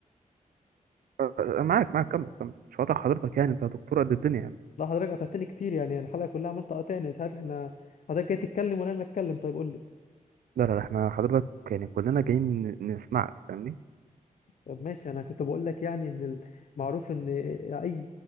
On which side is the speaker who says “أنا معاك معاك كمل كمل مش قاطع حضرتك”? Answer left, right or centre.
Right